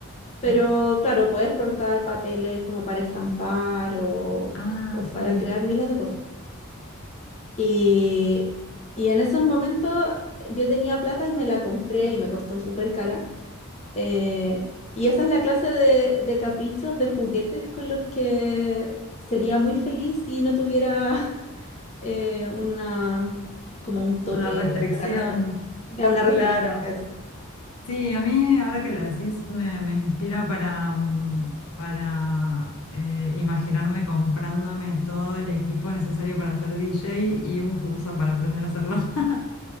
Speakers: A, on the left; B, on the left.
A: pero
B: Ajá.
A: claro, puedes cortar papeles como para estampar o,
B: Ah,
A: o
B: sí,
A: para crear miles de cosas. Y, y en esos momentos yo tenía plata y me la compré y me costó súper cara Eh, y esa es la clase de, de caprichos, de juguetes con los que sería muy feliz si no tuviera <laughs> eh, una, como un tope
B: una restricción,
A: para gastar. Ya una restricción,
B: claro.
A: eso.
B: Sí, a mí ahora que lo decís me, me inspira para, mm, para eh, imaginarme comprándome todo el equipo necesario para ser DJ y un curso para aprender a hacerlo. <laughs>